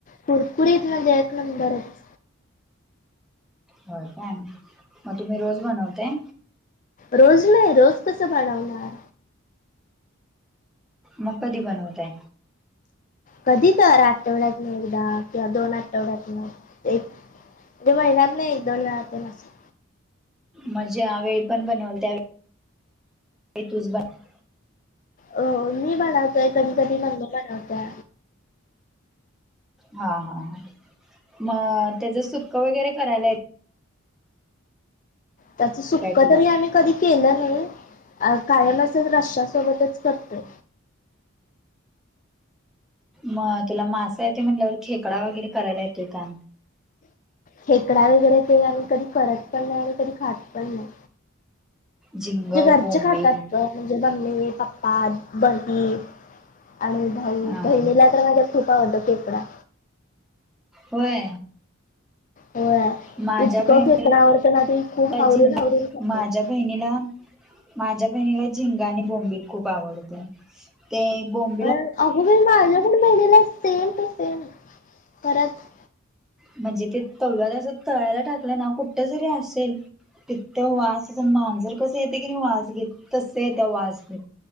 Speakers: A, on the left; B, in the centre.
A: कुरकुरीत म्हणजे एक नंबरचं.
B: हो काय, मग तुम्ही रोज बनवताय?
A: रोज नाही रोज कसं वबनवणार.
B: मग कधी बनवताय?
A: कधी तर आठवड्यातन एकदा किंवा दोन आठवड्यात एक ते महिन्यातनं एक दोन वेळा तर असतय.
B: म ज्यावेळी पण बनवा त्यावेळी नाही तुच बनव
A: अ मी बनवतोय, कधी कधी मम्मी बनवत्या.
B: हा हा मग त्याच सुक्क वगैरे करायला य
A: त्याचं सुक्क
B: काय तुला
A: तरी आ कधी केलं नाही, कायम असं रस्स्या सोबतच करतोय.
B: म तुला मासा येतोय म्हणल्यावर, खेकडा वगैरे करायला येतोय का?
A: खेकडा वेगरै ते आम्ही कधी करत पण, नाही आणि कधी खात पण नाही.
B: झिंग
A: तुजे घरचे
B: बोंबील
A: खात जात न म्हणजे, मम्मी, पप्पा बहीण आणि भाऊ
B: हा
A: बहिणीला
B: हा
A: तर माझ्या खूप आवडतं खेकडा.
B: होय.
A: होय,
B: माझ्या
A: इतक
B: बहिणीला
A: खेकडा आवडत ना ते खूप
B: झिंग
A: आवडीन आवडीन खातयं.
B: माझ्या बहिणीला माझ्या बहिणीला झिंगा आणि बोंबिल खूप आवडतयं. ते बोंब
A: होय, अगं बाई! माझ्या पण बहिणीला सेम टू सेम खरचं
B: म्हणजे, ते तव्याला जर तळायला टाकलं ना कुठे जरी असेल, तिथ वास मांजर कसं येतय की, नाही वास घेत तसं येत्या वास घेत.